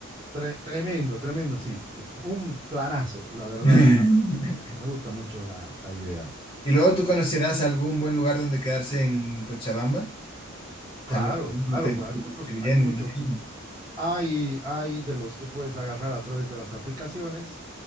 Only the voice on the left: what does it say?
<laughs>
Y luego tú conocerás algún buen lugar donde quedarse en Cochabamba.
Algún
hotel
que
esté bien,
me imagino.